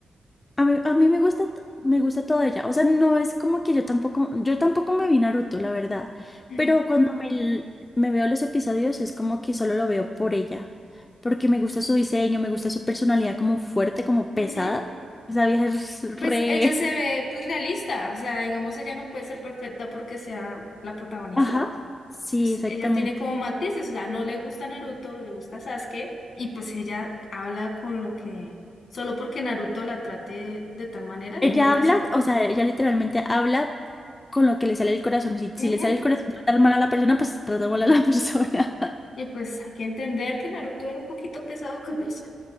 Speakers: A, on the left; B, on the left.
A: A mí, a mí me gusta, t- me gusta toda ella. O sea, no es como que yo tampoco, yo tampoco me vi Naruto, la verdad.
B: Ujú.
A: Pero cuando me, l- me veo los episodios es como que solo lo veo por ella. Porque me gusta su diseño, me gusta su personalidad como fuerte, como pesada.
B: Ujú.
A: Esa vieja es re...
B: Pues ella se ve pues realista, o sea, digamos ella no puede ser perfecta porque sea la protagonista.
A: <laughs> Ajá. Sí,
B: Pues
A: exactamente.
B: ella tiene como matices, o sea, no le gusta Naruto, le gusta Sasuke y pues ella habla con lo que solo porque Naruto la trate de tal manera,
A: Ella
B: ya no va
A: habla,
B: a ser.
A: o sea, ella literalmente habla con lo que le sale del corazón. Si,
B: Ujú.
A: si le sale el corazón tratar mal a la persona, pues trata mal a la <laughs> persona.
B: Y pues hay que entender que Naruto era un poquito pesado con ella.